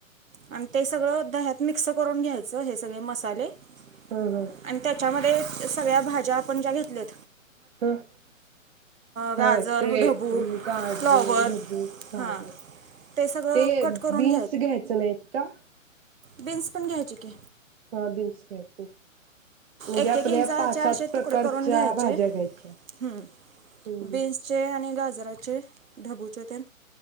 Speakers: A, on the right (about 75°); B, on the right (about 50°).
A: आण ते सगळं दह्यात मिक्स करून घ्यायचं हे सगळे मसाले. आणि
B: हा हा
A: त्याच्यामध्ये सगळ्या भाज्या आपण ज्या घेतलेत.
B: तर
A: गाजर
B: ते
A: ढबू
B: गाजर,
A: फ्लॉवर
B: ढबू सावण
A: हां
B: ते
A: सगळं कट करून
B: बीन्स घ्यायचं नाहीत का?
A: बीन्स पण घ्यायचे की
B: हा बीन्स घ्यायचे म्हणजे
A: एक
B: आपल्या
A: एक इंचाचे
B: पाच
A: असे
B: सात प्रकारच्या
A: तुकडे करून घ्यायचे
B: भाज्या घ्यायच्या
A: हं.
B: हं
A: बीन्सचे आणि गाजराचे, ढबूचे तेन